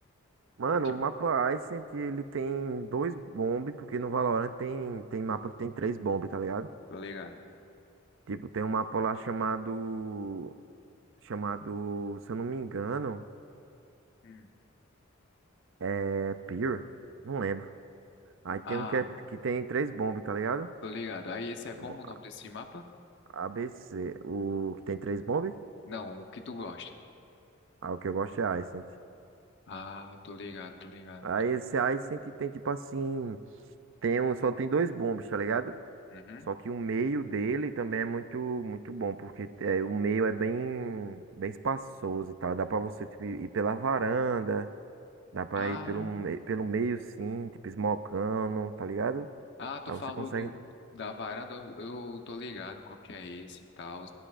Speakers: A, on the right (about 65°); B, on the left (about 60°).
A: Mano,
B: Tipo,
A: o mapa Ascent ele tem dois bombe, porque no Valorant tem, tem mapa que tem três bombe, tá ligado?
B: tô ligado.
A: Tipo, tem um mapa lá chamado. Chamado, se eu não me engano,
B: Hum.
A: é Pier. Não lembro. Aí tem
B: Ah,
A: um que, é, que tem três bombas, tá ligado?
B: tô ligado. Aí esse é
A: É
B: como
A: bom,
B: o nome
A: A-
B: desse mapa?
A: ABC, o que tem três bombas?
B: Não, o que tu gosta.
A: Ah, o que eu gosto é Ascent.
B: Ah, tô ligado, tô ligado.
A: Aí esse Ascent tem tipo assim, tem um, só tem dois bombos, tá ligado?
B: Uhum.
A: Só que o meio dele também é muito muito bom, porque é, o meio é bem bem espaçoso e tal. Dá pra você tipo, ir pela varanda, dá pra
B: Ah,
A: ir pelo, me- pelo meio sim, tipo esmocando, tá ligado?
B: Ah, tu
A: Aí
B: falou
A: você consegue.
B: do, da varanda, eu, eu tô ligado qual que é esse e tal.